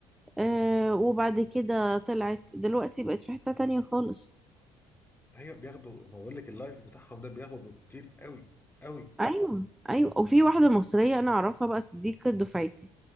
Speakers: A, in the centre; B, on the left.
A: آه وبعد كده طلعت دلوقتي بقت في حتة تانية خالص
B: ايوه بياخدوا ما بقول لك اللايف بتاعهم ده بياخدوا كتير قوي قوي
A: أيوه أيوه وفي واحدة مصرية أنا أعرفها بقى دي كانت دفعتي